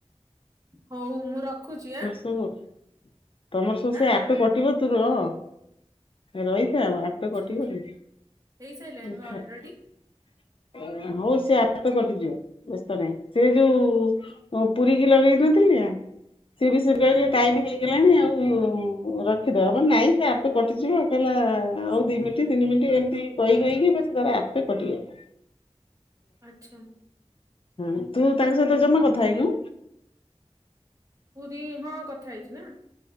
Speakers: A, on the right; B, on the left.
A: ହଉ ମୁଁ ରଖୁଚି ଆଁ।
B: ସବୁ ତମର ସବୁ ସେ
A: ଆଁ
B: ଆପେ କଟିବ ତୁରହ ରହି ଥା ଆପେ
A: ଆଚ୍ଛା
B: କଟିବନି।
A: ହେଇସାରିଲାଣି
B: କଣ
A: ବା
B: ଖା
A: ଅଲରେଡି
B: ହଉ ସେ ଆପେ କଟିଯିବ ବ୍ୟସ୍ତ ନାହିଁ ସେ ଯୋଉ ଅ ପୁରୀ କିି ଲଗେଇ ଦଉ ଠି ଯା। ସିଏ ବି ସିଏ
A: ହୁଁ
B: କହିଲେ ଟାଇମ ହେଇଗଲାଣି ଆଉ। ରଖିଦବା ନାଇଁ ଆପେ ସେ କଟିଯିବ ଆଉ କହିଲା ଆଉ ଦି ମିନିଟ୍ ତିନି ମିନିଟ ଏମିତି କହି କହିକି ତାର ଆପେ କଟି ଗଲା।
A: ଆଚ୍ଛା।
B: ହଁ ତୁ ତାଙ୍କ ସହିତ ଜମା କଥା ହେଇନୁ?
A: ପୁରୀ ହଁ କଥା ହେଇଚି ନା